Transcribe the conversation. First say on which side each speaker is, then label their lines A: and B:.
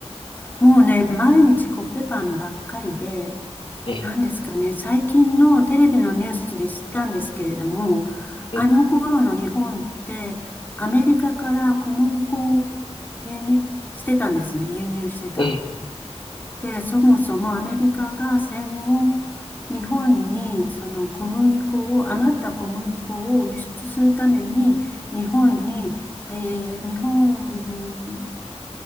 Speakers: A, on the left (about 15°); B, on the left (about 50°).
A: もうね、毎日コッペパンばっかりで、
B: ええ、
A: なんですかね、最近のテレビのニュースで知ったんですけれども、
B: ええ、
A: あの頃の日本って、アメリカから小麦粉を輸入してたんですね、輸入してた。
B: ええ、
A: で、そもそもアメリカが戦後、日本にその小麦粉を、余った小麦粉を輸出するために、日本にえー日本